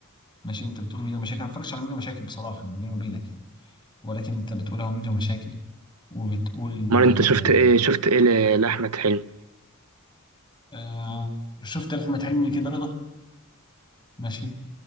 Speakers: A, on the left; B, on the right.
A: ماشي انت بتقول ميدو مشاكل انا ما اتفرجتش على ميدو مشاكل بصراحه بيني وبينك يعني ولكن انت بتقول اهو ميدو مشاكل وبتقول
B: مرة
A: آه
B: انت شفت ايه شفت ايه ل- لاحمد حلمي
A: آه، شفت لأحمد حلمي كده رضا ماشي